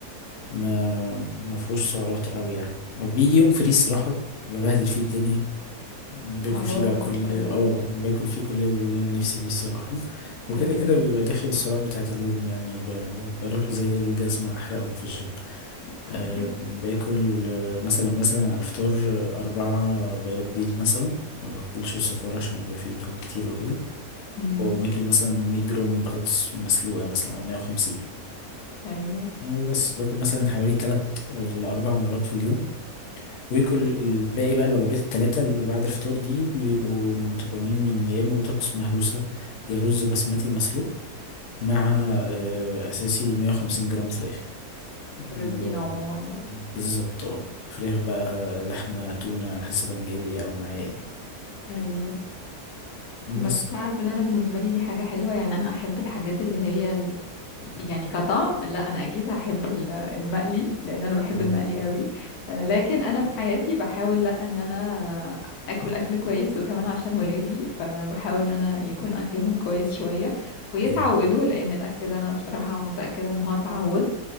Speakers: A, on the left; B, on the left.
A: ما ما فيهوش سعرات قوي يعني او بيجي يوم فري الصراحه ببهدل فيه الدنيا باكل
B: هبوظ
A: فيه بقى كل
B: كل
A: اه
B: حاجة.
A: باكل فيه كل اللي نفسي فيه الصراحة وكده
B: ايوه
A: كده بيبقى داخل السعرات بتاعة اليوم يعني ب- بروح زي الجزمة أحرقهم في الجيم
B: <laughs>
A: أه
B: ايوه
A: باكل آه، مثلا مثلا على الفطار آه، أربعة بياض بيض مثلا ما باكلش الصفار عشان بيبقى فيه دهون كتير وكده
B: امم
A: وماكل مثلا 100 جرام بطاطس مسلوقة مثلا أو 150
B: ايوه
A: وبس باكل مثلا حوالي تلات آه، لأربع مرات في اليوم ويكل الباقي بقى الوجبات التلاتة اللي بعد الفطار دي بيبقوا متكونين من يا إما بطاطس مهروسة يا رز بسمتي مسلوق مع آه، أساسي 150 جرام فراخ
B: بروتين
A: و-
B: عموما بقى
A: بالظبط اه فراخ بقى لحمة تونة على حسب أنا جايب ايه أو معايا ايه
B: ايوه
A: بس
B: بس تعرف ان انا بالنسبه لي دي حاجه حلوه يعني انا احب الحاجات اللي هي ال... يعني كطعم لا انا اكيد هحب ال- المقلي لان انا بحب
A: أيوة
B: المقلي قوي آه، لكن انا في حياتي بحاول لا ان انا اكل اكل كويس وكمان عشان ولادي فانا بحاول ان انا يكون اكلهم كويس شويه ويتعودوا
A: أيوة
B: لان الاكل ده انا بصراحه متاكده ان هو تعود